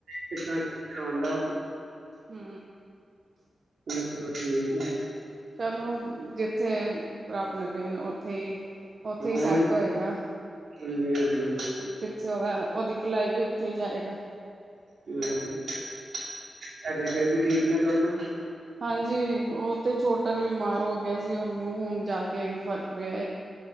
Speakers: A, on the right; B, on the right.
A: ਕਿਦਾ ਕੀ ਕਰਾਂਦਾ
B: ਹੂ
A: ਚਲੋ ਠੀਕ ਆ।
B: ਚਲੋ ਜਿੱਥੇ ਰੱਬ ਨੇ ਭੇਜਨਾ ਉੱਥੇ ਹੀ ਉੱਥੇ ਹੀ
A: ਹਾਂ
B: ਸੈਟ
A: ਉਹੀ
B: ਹੋਏਗਾ ਹ
A: ਹਾਂਜੀ ਹਾਂਜੀ
B: ਜਿੱਥੇ ਉਹਦਾ ਉਹਦੀ ਭਲਾਈ ਵੀ ਉੱਥੇ ਹੀ ਜਾਏਗਾ।
A: ਹੂ ਸਾਡੇ ਬੇਬੀ ਠੀਕ ਨੇ ਦੋਨੋ।
B: ਹਾਂਜੀ ਉਹ ਤੇ ਛੋਟਾ ਤੇ ਬਿਮਾਰ ਹੋ ਗਿਆ ਸੀ ਉਹਨੂੰ ਹੁਣ ਜਾ ਕੇ ਫ਼ਰਕ ਪਿਆ।